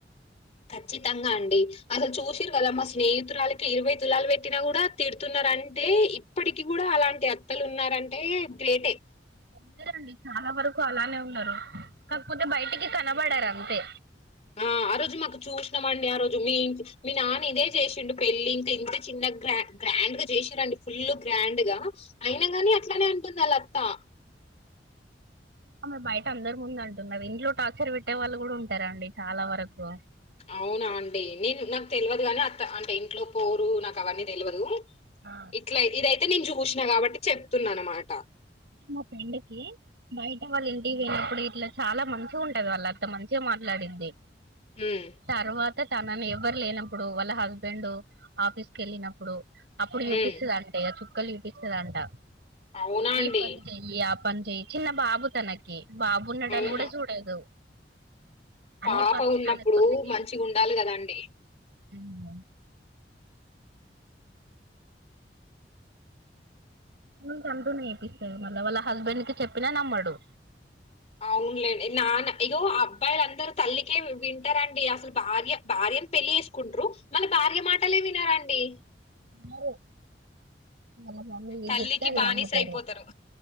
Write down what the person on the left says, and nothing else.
ఖచ్చితంగా అండి అసలు చూసిర్రు కదా మా స్నేహితురాలికి ఇరవై తులాలు పెట్టినా కూడా తిడుతున్నా రంటే ఇప్పటికి కూడా అలాంటి అత్తలు ఉన్నారంటే గ్రేటే
ఆ ఆ రోజు మాకు చూస్ ండి ఆ రోజు మీ మీ నాన్న ఇదే చేసిండు పెళ్ళలి ఇంకా ఇంత చిన్న గ్ర గ్రాండ్ గా చేసిరండి ఫుల్ గ్రాండ్ గా అయిన గాని అట్లానే అంటుంది ఆలత్తా
అవునా అండి నేన్ నాకు తెలువదు కానీ అత్త అంటే ఇంట్లో పోరు నాకు అవన్నీ తెలువదు
ఇట్లా ఇదైతే నేను చూసినా కాబట్టి చెప్తున్నా అన్నమాట
హ్మ్
హ్మ్
అవునా అండి
అవునా
పాప
ఉన్నప్పుడు
మంచిగ ఉండాలి కదండి!
అవునులేండి నాన్న ఇగో అబ్బాయిలందరూ తల్లికే వి వింటారండి. అసలు భార్య భార్య ఏం పెళ్ళి చేసుకుంట్రు మల్ల భార్య మాటలే వినరండి.
తల్లికి
బానిస
అయిపోతారు